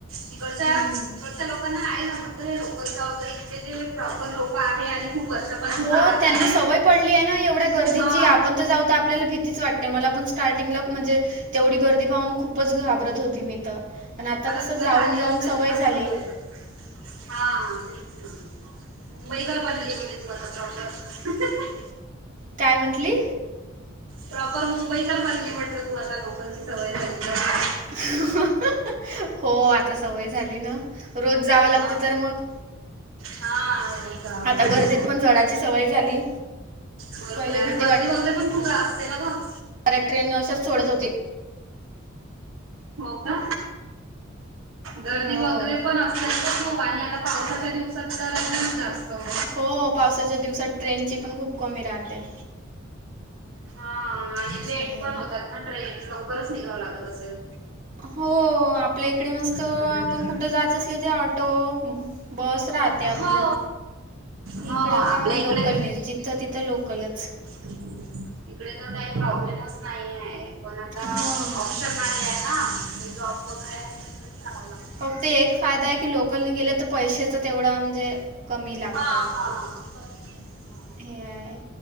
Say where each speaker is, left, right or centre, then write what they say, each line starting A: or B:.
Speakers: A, on the right (about 80°); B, on the right (about 40°).
A: तिकडच्या,
B: हम्म
A: तिकडच्या लोकांना नाही जमत. इथे लोकल जा वगैरे, इथे जे प्रॉपर लोक आहे आणि खूप वर्षापासून
B: हो,
A: राहत
B: त्यांना
A: आहे
B: सवय पडली आहे ना एवढ्या गर्दीची
A: हा
B: आपण तर जाऊ ता आपल्याला भीतीच वाटते, मला पण स्टार्टिंगला म्हणजे तेवढी गर्दी पाहून, खूपच घाबरत होती मी तर. आता कसं,
A: तुला
B: जाऊन
A: झाली
B: जाऊन
A: असेल
B: सवय
A: ना
B: झाली.
A: हा, तेच ना. मुंबईकर बनली, म्हणजे तू आता प्रॉपर. हा हा हा.
B: काय म्हंटली?
A: प्रॉपर मुंबईकर बनली म्हटलं, तू आता लोकलची सवय झाली तर.
B: हा हा हा. हो, आता सवय झाली ना. रोज जावं लागते
A: हा
B: तर मग?
A: हा. रोज जावा लागतंय.
B: आता गर्दीत पण चढायची सवय झाली.
A: बरोबर
B: पहिले
A: आहे.
B: भीती
A: गर्दी वगैरे, पण खूप राहते ना गं.
B: हरएक ट्रेन, अशाच सोडत होती.
A: हो का? गर्दी
B: हो.
A: वगैरे पण, असतेच तर खूप. आणि आता पावसाच्या दिवसात, तर अजूनच जास्त हो
B: हो, पावसाच्या दिवसात, ट्रेन ची पण खूप कमी राहते.
A: हा आणि
B: असं
A: लेट
B: आहे.
A: पण होतात हा ट्रेन, लवकरच निघावं लागत असल?
B: हो. आपल्या इकडे मस्तं,
A: बरोबर.
B: आपण कुठं जायचं असलं ते आट ऑटो, बस राहते
A: हो
B: आपल्या.
A: हो
B: इकडे
A: आपल्या
B: का?
A: इकडे
B: लोकलनेच जिथं तिथं लोकलच.
A: इकडे तर काही, प्रॉब्लेमच नाहीये. पण आता,
B: हां
A: ऑप्शन नाही आहे ना. जॉब वगैरे आहे, तर तेच करावं लागतं.
B: फक्त एक फायदा आहे की, लोकलने गेलं तर पैशाच तेवढा म्हणजे कमी लागतात.
A: हा हा कमी आहे हा.
B: हे आहे.